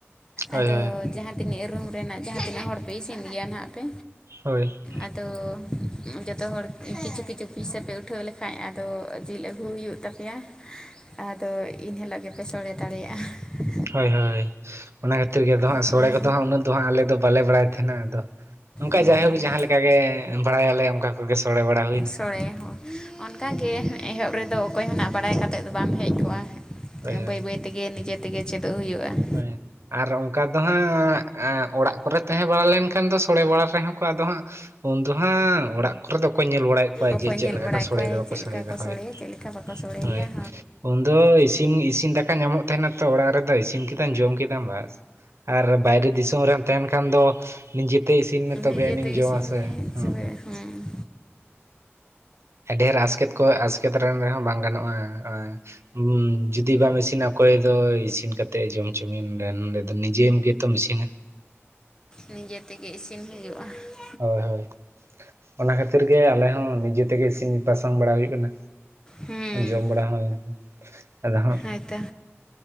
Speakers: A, on the right (about 70°); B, on the left (about 15°).
A: ᱦᱳᱭ
B: ᱟᱫᱚ
A: ᱦᱳᱭ
B: ᱡᱟᱦᱟᱸ ᱛᱤᱱᱟᱹᱜ ᱨᱩᱢ ᱨᱮᱱᱟᱜ ᱡᱟᱦᱟᱸ ᱛᱤᱱᱟᱹᱜ ᱦᱚᱲ ᱯᱮ ᱤᱥᱤᱱ ᱜᱮᱭᱟ ᱱᱟᱸᱜ ᱟᱯᱮ
A: ᱦᱳᱭ
B: ᱟᱫᱚ ᱡᱚᱛᱚ ᱦᱚᱲ ᱠᱤᱪᱷᱩ ᱠᱤᱪᱷᱩ ᱯᱩᱭᱥᱟᱹ ᱯᱮ ᱩᱴᱷᱟᱹᱣ ᱞᱮᱠᱷᱟᱡᱽ ᱟᱫᱚ ᱡᱤᱞ ᱟᱹᱜᱩ ᱦᱩᱭᱩᱜ ᱛᱟᱯᱮᱭᱟ ᱾ ᱟᱫᱚ ᱮᱱᱦᱤᱞᱳᱜ ᱜᱮᱯᱮ ᱥᱚᱲᱮ ᱫᱟᱲᱮᱭᱟᱜᱼᱟ ᱾
A: ᱦᱳᱭ ᱦᱳᱭ ᱚᱱᱟ ᱠᱷᱟᱹᱛᱤᱨ ᱜᱮ ᱦᱟᱸᱜ
B: ᱦᱩᱸ
A: ᱥᱳᱲᱮ ᱠᱚᱫᱚ ᱦᱟᱸᱜ ᱩᱱᱟᱹᱜ ᱫᱚ ᱟᱞᱮ ᱫᱚ ᱵᱟᱞᱮ ᱵᱟᱲᱟᱭ ᱛᱟᱦᱮᱱᱟ ᱟᱫᱚ, ᱚᱱᱠᱟ
B: ᱦᱩᱸ
A: ᱡᱟᱭᱦᱳᱠ ᱡᱟᱦᱟᱸ ᱞᱮᱠᱟ ᱜᱮ ᱵᱟᱲᱟᱭᱟᱞᱮ ᱚᱱᱠᱟ ᱠᱚᱜᱮ ᱥᱚᱲᱮ ᱵᱟᱲᱟᱭ
B: ᱥᱳᱲᱮ ᱦᱚ ᱚᱱᱠᱟᱜᱮ ᱮᱦᱚᱵ ᱨᱮᱫᱚ ᱚᱠᱚᱭ ᱦᱚᱸᱱᱟᱜ ᱵᱟᱲᱟᱭ ᱠᱟᱛᱮᱫ ᱫᱚ ᱵᱟᱢ ᱦᱮᱡᱽ ᱠᱚᱜᱼᱟ ᱾
A: ᱦᱳᱭ ᱦᱳᱭ
B: ᱵᱟᱹᱭ ᱵᱟᱹᱭ ᱛᱮᱜᱮ ᱱᱤᱡᱮ ᱛᱮᱜᱮ ᱪᱮᱫᱚᱜ ᱦᱩᱭᱩᱜ-ᱟ ᱾
A: ᱦᱳᱭ ᱟᱨ ᱚᱱᱠᱟ ᱫᱚ ᱦᱟᱸᱜ ᱚᱲᱟᱜ ᱠᱚᱨᱮ ᱛᱟᱦᱮᱸ ᱵᱟᱲᱟ ᱞᱮᱱᱠᱷᱟᱱ ᱫᱚ ᱥᱚᱲᱮ ᱵᱟᱲᱟ ᱨᱮᱦᱚᱸ ᱟᱫᱚ ᱦᱟᱸᱜ ᱩᱱᱫᱚ ᱦᱟᱸᱜ ᱚᱲᱟᱜ ᱠᱚᱨᱮ ᱫᱚ ᱚᱠᱚᱭ ᱧᱮᱞ ᱵᱟᱲᱟᱭᱮᱫ ᱦᱳᱭ
B: ᱚᱠᱚᱭ
A: ᱡᱮ ᱪᱮᱫ
B: ᱧᱮᱞ
A: ᱞᱮᱠᱟ
B: ᱵᱟᱲᱟᱭ
A: ᱥᱚᱲᱮᱫᱟ
B: ᱠᱚᱣᱟᱭ
A: ᱵᱟᱠᱚ
B: ᱪᱮᱫ
A: ᱥᱚᱲᱮᱫᱟ
B: ᱞᱮᱠᱟ ᱠᱚ ᱥᱚᱲᱮᱭᱟ
A: ᱦᱳᱭ
B: ᱪᱮᱫ ᱞᱮᱠᱟ ᱵᱟᱠᱚ ᱥᱚᱲᱮ
A: ᱦᱳᱭ
B: ᱜᱮᱭᱟ
A: ᱫᱚ ᱤᱥᱤᱱ ᱤᱥᱤᱱ ᱫᱟᱠᱟ ᱧᱟᱢᱚᱜ ᱛᱟᱦᱮᱸᱱᱟ ᱛᱚ ᱚᱲᱟᱜ ᱨᱮᱫᱚ ᱤᱥᱤᱱ ᱠᱟᱛᱮᱫ ᱡᱚᱢ ᱠᱮᱫᱟᱢ ᱵᱟᱥ ᱟᱨ ᱵᱟᱭᱨᱮ ᱫᱤᱥᱚᱢ ᱨᱮᱢ ᱛᱟᱦᱮᱱ ᱠᱷᱟᱱ ᱫᱚ ᱱᱤᱡᱮ ᱛᱮ ᱤᱥᱤᱱ ᱢᱮ ᱛᱚᱵᱮ
B: ᱱᱤᱡᱮᱛᱮ
A: ᱟᱹᱱᱤᱡᱢ ᱡᱚᱢ
B: ᱤᱥᱤᱱ
A: ᱥᱮ
B: ᱢᱮ
A: ᱦᱮᱸ
B: ᱛᱚᱵᱮ ᱦᱮᱸ
A: ᱰᱷᱮᱨ ᱟᱥᱠᱮᱛ ᱠᱚ ᱟᱥᱠᱮᱛ ᱨᱮᱦᱚᱸ ᱵᱟᱝ ᱜᱟᱱᱚᱜᱼᱟ ᱾ ᱡᱩᱫᱤ ᱵᱟᱢ ᱤᱥᱤᱱᱟ ᱚᱠᱚᱭ ᱫᱚ ᱤᱥᱤᱱ ᱠᱟᱛᱮᱮᱫ ᱡᱚᱢᱪᱚᱢᱤᱱ ᱱᱚᱰᱮ ᱫᱚ ᱱᱤᱡᱮᱢ ᱜᱮᱛᱚᱢ ᱤᱥᱤᱱᱟ
B: ᱱᱤᱡᱮ ᱛᱮᱜᱮ ᱤᱥᱤᱱ ᱦᱩᱭᱩᱜᱼᱟ ᱾
A: ᱦᱳᱭ ᱦᱳᱭ ᱚᱱᱟ ᱠᱷᱟᱹᱛᱤᱨ ᱜᱮ ᱟᱞᱮ ᱦᱚᱸ ᱱᱤᱡᱮ ᱛᱮᱜᱮ ᱤᱥᱤᱱ ᱵᱟᱥᱟᱝ ᱵᱟᱲᱟ ᱦᱩᱭᱩᱜ ᱠᱟᱱᱟ
B: ᱦᱩᱸ
A: ᱾ ᱡᱚᱢ ᱵᱟᱲᱟ ᱦᱚᱭᱱᱟ ᱟᱫᱚ ᱦᱟᱸᱜ
B: ᱦᱚᱭ ᱛᱚ